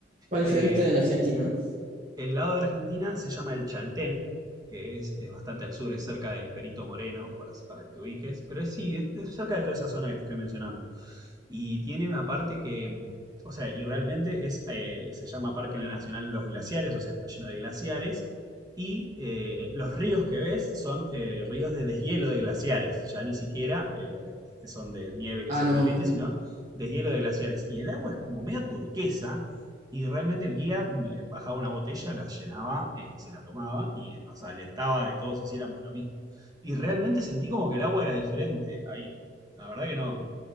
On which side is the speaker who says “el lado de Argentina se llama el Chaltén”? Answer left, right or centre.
Right